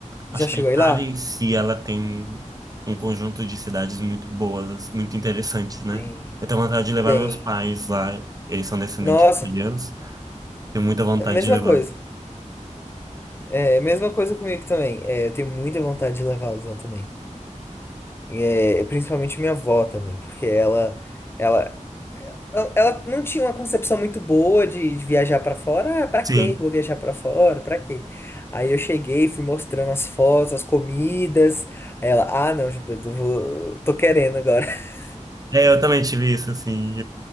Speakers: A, on the left (about 20°); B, on the right (about 30°).
A: Já
B: Acho
A: chegou
B: que a Itália
A: aí lá?
B: em si, ela tem um conjunto de cidades muito boas, assim, muito interessantes, né?
A: Tem,
B: Eu tenho vontade de levar
A: Tem.
B: meus pais lá, eles são descendentes
A: Nossa,
B: de italianos, tenho muita vontade
A: mesma
B: de levá-los.
A: coisa. É, mesma coisa comigo também. É, eu tenho muita vontade de levá-los lá também. É, principalmente minha avó também, porque ela, ela, Ela, ela não tinha uma concepção muito boa de, de viajar pra fora. Ah, pra
B: Sim,
A: quê que eu vou viajar pra fora? Pra quê? Aí eu cheguei, fui mostrando as fotos, as comidas. Aí ela, ah, não, Gilberto, eu vou- tô querendo agora. <laughs>
B: é, eu também tive isso, assim,